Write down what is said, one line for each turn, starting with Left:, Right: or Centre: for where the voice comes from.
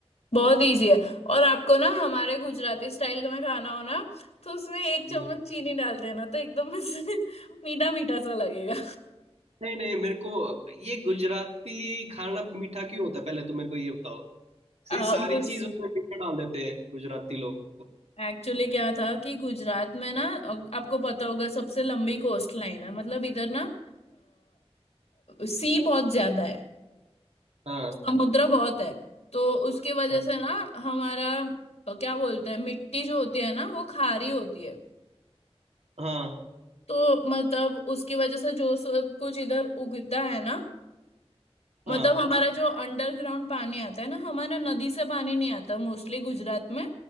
Left: बहुत इजी है और आपको ना हमारे गुजराती स्टाइल का में खाना हो ना तो उसमें एक चम्मच
Right: हम्म
Left: चीनी डाल देना तो एकदम <laughs> मीठा मीठा सा लगेगा
Right: नहीं नहीं मेरे को ये गुजराती खाना मीठा क्यों होता है पहले तो मेरे को ये बताओ
Left: आ,
Right: ये सारी
Left: गुस-
Right: चीजों में मीठा डाल देते हैं गुजराती लोग
Left: एक्चुअली क्या था कि गुजरात में ना अ, आपको पता होगा सबसे लंबी कोस्ट लाइन है मतलब इधर ना सी बहुत ज्यादा है
Right: हाँ
Left: समुद्र बहुत है तो उसकी वजह
Right: हाँ
Left: से ना हमारा अ, क्या बोलते हैं मिट्टी जो होती है ना वो खारी होती है
Right: हाँ
Left: तो मतलब उसकी वजह से जो सब कुछ इधर उगता है ना मतलब
Right: हाँ
Left: हमारा जो अंडरग्राउंड पानी आता है ना हमारा नदी से पानी नहीं आता मोस्टली गुजरात में